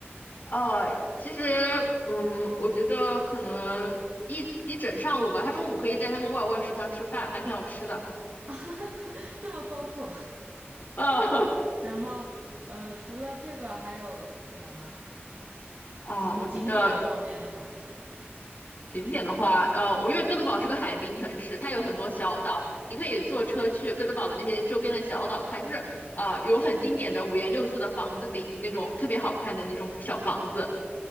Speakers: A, on the left; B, on the right.
A: 呃，其实嗯，我觉得可能一一整上午吧，他中午可以在他们沃尔沃食堂吃饭，还挺好吃的。
B: <laughs> 这么丰富。
A: 呃
B: <laughs> 然后呃，除了这个还有什么吗？
A: <laughs> 啊，
B: 景景点方面的话，
A: 我觉得景点的话，呃，我因为哥德堡是个海滨城市，它有很多小岛，你可以坐车去哥德堡的那些周边的小岛看，就是呃有很经典的五颜六色的房子顶那种特别好看的那种小房子。